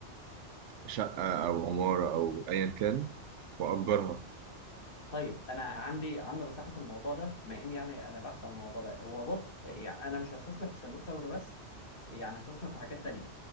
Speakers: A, on the right (about 80°); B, on the left (about 50°).
A: شقة أو عمارة أو أيا كان وأجرها
B: طيب انا عندي عندي نصيحه في الموضوع ده بما اني يعني انا بحث عن الموضوع ده هو بص يعني انا مش هستثمر في الصندوق فوري بس يعني هستثمر في حاجات تانية